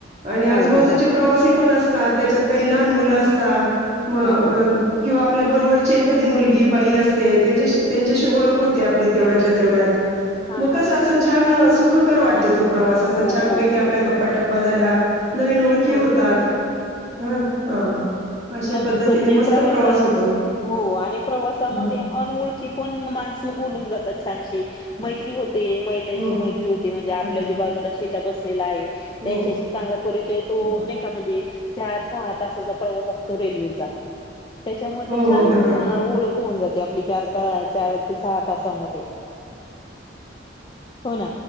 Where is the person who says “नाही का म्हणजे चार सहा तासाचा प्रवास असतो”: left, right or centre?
Left